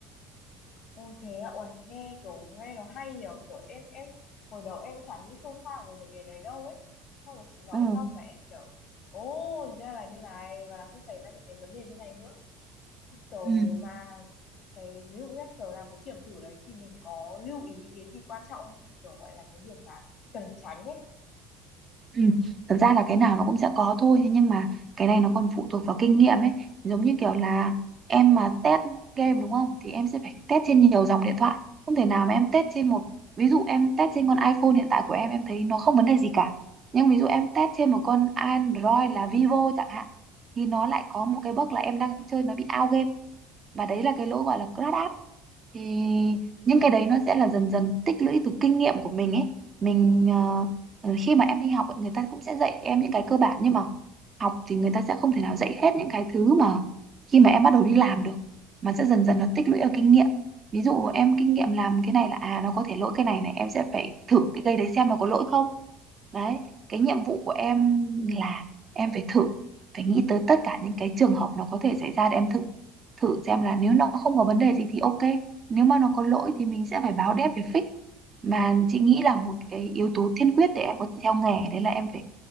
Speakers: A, on the left; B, on the right.
A: Ô thế ạ, Uầy, nghe kiểu nghe nó hay nhở, kiểu em em hồi đầu em chẳng nghĩ sâu xa về mấy cái đấy đâu ấy. Xong rồi chị nói
B: Ừ.
A: xong mà em kiểu, ô thì ra là như này và nó sẽ xảy ra những cái vấn đề như này nữa. Cái Kiểu
B: Ừ.
A: mà cái ví dụ như kiểu làm cái kiểm thử đấy thì mình có lưu ý cái gì quan trọng không chị? Kiểu gọi là cái việc mà cần tránh ấy.
B: Ừ. Thật ra là cái nào nó cũng sẽ có thôi thế nhưng mà cái này nó còn phụ thuộc vào kinh nghiệm ấy giống như kiểu là em mà test game đúng không thì em sẽ phải test trên nhiều dòng điện thoại không thể nào mà em test trên một ví dụ em test trên con iPhone hiện tại của em em thấy nó không vấn đề gì cả nhưng ví dụ em test trên một con Android là Vivo chẳng hạn thì nó lại có một cái bug là em đang chơi nó bị out game và đấy là cái lỗi gọi là crash app thì những cái đấy nó sẽ là dần dần tích lũy từ kinh nghiệm của mình ấy mình ờ, ờ, khi mà em đi học ấy, người ta cũng sẽ dạy em những cái cơ bản nhưng mà học thì người ta sẽ không thể nào dạy hết những cái thứ mà khi mà em bắt đầu đi làm được mà sẽ dần dần nó tích lũy ở kinh nghiệm ví dụ em kinh nghiệm làm cái này là à nó có thể lỗi cái này này em sẽ phải thử cái cây đấy xem nó có lỗi không Đấy, cái nhiệm vụ của em là em phải thử, phải nghĩ tới tất cả những cái trường hợp nó có thể xảy ra để em thử. Thử xem là nếu nó không có vấn đề gì thì ok, nếu mà nó có lỗi thì mình sẽ phải báo dev để fix. Mà chị nghĩ là một cái yếu tố tiên quyết để em có thể theo nghề đấy là em phải